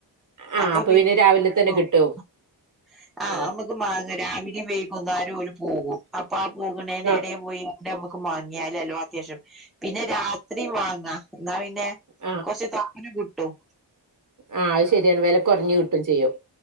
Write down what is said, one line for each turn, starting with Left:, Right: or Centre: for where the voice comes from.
Right: ആ
Centre: അപ്പൊ പിന്ന്
Right: പിന്നെ രാവിലെ തന്നെ
Centre: ആഹ്
Right: കിട്ടും
Centre: ആഹ്
Right: ആ
Centre: നമ്മ മാങ്ങ രാവിലെയും വേയ്കുംന്നേര ഓര് പോകും അപ്പൊ ആ പോകണേന്റെ
Right: ആ
Centre: എടേ പോയി ഞമ്മക്ക് മാങ്ങിയാലല്ലോ അത്യാശ്യം പിന്നെ രാത്രി വാങ്ങാ. ന്നാ പിന്നെ
Right: ആ
Centre: കൊച്തോനെ കിട്ടും
Right: ആഹ് അത് ശരിയാണ് വെല കൊർ ഞ്ഞ് കിട്ടും ചെയ്യും